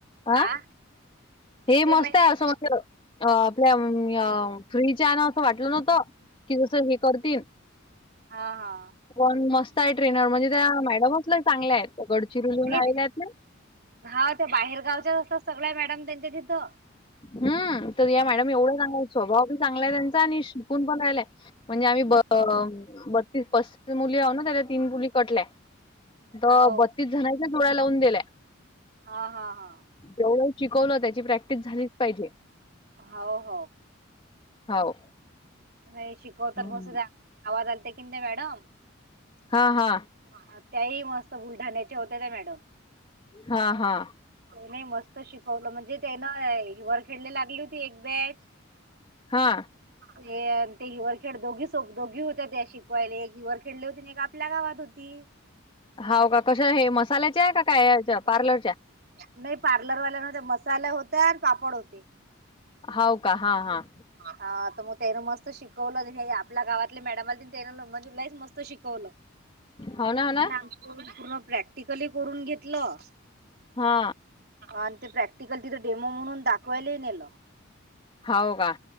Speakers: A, on the right (about 50°); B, on the left (about 25°).
A: हा
B: अ. हे
A: ते
B: मस्त
A: माहिती
B: आहे असं अ आपल्या म फ्रीच्या आहे ना असं वाटलं न्हत. कि जस हे करतील.
A: हा हा.
B: पण मस्त आहे ट्रेनर म्हणजे त्या मॅडमचलं चांगल्या आहेत गडचिरी लिहून
A: नाही
B: आलेल्या आहेत ना.
A: हा त्या बाहेरगावच्या असतात सगळ्या मॅडम त्यांच्या तिथं.
B: हम् तर या मॅडम एवढा चांगलं आहे स्वभाव पण चांगलाय त्यांचा आणि शिकून पण राहिलाय. म्हणजे आम्ही ब अ बत्तीस पस्तीस मुली आहो ना त्या तीन मुली कटल्या. तर
A: हाव
B: बत्तीस जणांच्या जोड्या लावून दिल्याय.
A: हा हा हा.
B: जवढं शिकवलं त्याची प्रॅक्टिस झालीच पाहिजे.
A: हो हो.
B: हो.
A: नाही शिकवत
B: हं.
A: मस्त त्या आवाज आलते की नाही मॅडम.
B: हा हा.
A: हा त्याही मस्त बुलढाण्याचे होते ते मॅडम.
B: हा हा.
A: नाही मस्त शिकवलं म्हणजे त्यान हिवाल खेळली लागली होती एक बॅच.
B: हा.
A: ते ते हिवर खेळ दोघी सो दोघी होत्या त्या शिकवायला एक हिवर खेळले होती एक आप आपल्या गावात होती.
B: हा का कश हे मसाल्याचे काय ह्याच्या. पार्लरच्या?
A: नाही पार्लरवाल्यामध्ये मसाला होत आणि पापड होते.
B: हो का हा हा.
A: हा तर मग त्यान मस्त शिकवलं हे आपल्या गावातले मॅडम आले त्यान म्हणजे लईच मस्त शिकवलं.
B: हो ना, हो
A: त्यां
B: ना.
A: पूर्ण प्रॅक्टिकली करून घेतलं
B: हा.
A: आणि ते प्रॅक्टिकल तिथं डेमो म्हणून दाखवायला नेलं.
B: हो का.